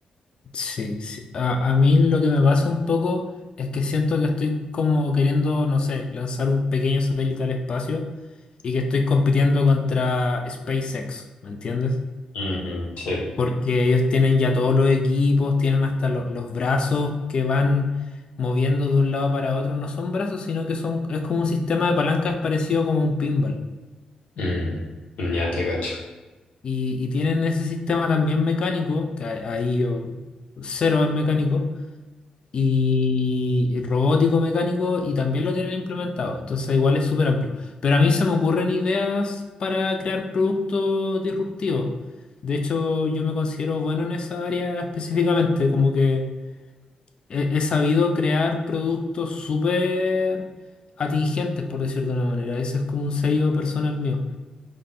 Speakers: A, on the left; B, on the left.
A: sí, sí. A, a mí lo que me pasa un poco es que siento que estoy como queriendo, no sé, lanzar un pequeño satélite al espacio y que estoy compitiendo contra SpaceX, ¿me entiendes?
B: Ujú, sí.
A: Porque ellos tienen ya todos los equipos, tienen hasta lo- los brazos que van moviendo de un lado para otro. No son brazos, sino que son, es como un sistema de palancas parecido como un pinball.
B: Mm, ya te cacho.
A: Y, y tienen ese sistema también mecánico, que a- ahí yo cero es mecánico, y y robótico mecánico, y también lo tienen implementado. Entonces igual es súper amplio. Pero a mí se me ocurren ideas para crear productos disruptivos. De hecho, yo me considero bueno en esa área específicamente, como que he, he sabido crear productos súper atingentes, por decirlo de una manera. Ese es como un sello personal mío.